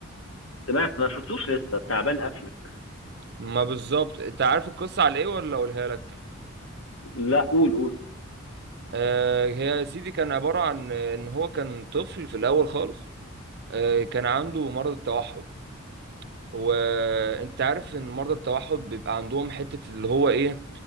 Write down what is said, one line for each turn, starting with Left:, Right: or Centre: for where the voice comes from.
Left: سمعت ما شفتوش لسه تعبان قفلك
Right: ما بالظبط انت عارف القصة على ايه ولا اقولها لك
Left: لا قول قول
Right: آه هي يا سيدي كان عبارة عن آه، ان هو كان طفل في الاول خالص آه كان عنده مرض التوحد وانت عارف ان مرضى التوحد بيبقى عندهم حتة اللي هو ايه